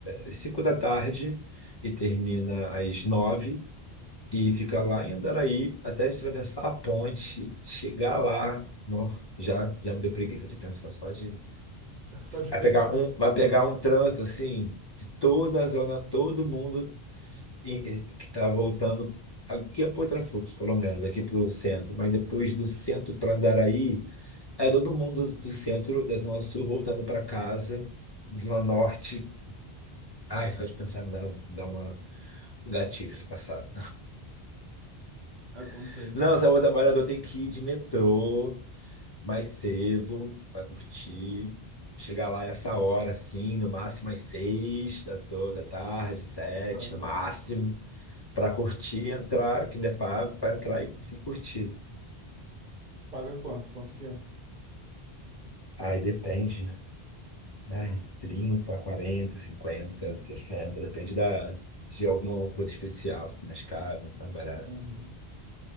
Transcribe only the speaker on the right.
É Só de
pensar.
Acontece.
Tarde.
Paga quanto? Quanto que é?
Uhum.